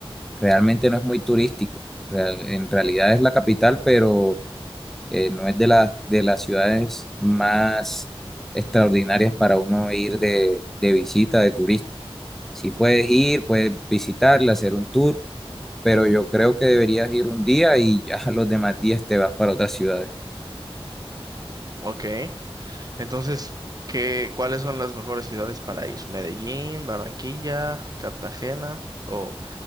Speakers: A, in the centre; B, on the right.
A: realmente no es muy turístico. Real- en realidad es la capital, pero eh, no es de las de las ciudades más extraordinarias para uno ir de, de visita, de turista. si puedes ir, puedes visitarla, hacer un tour, pero yo creo que deberías ir un día y ya <laughs> los demás días te vas para otras ciudades.
B: ok. Entonces, ¿qué, cuáles son las mejores ciudades para ir? Medellín, Barranquilla, Cartagena o...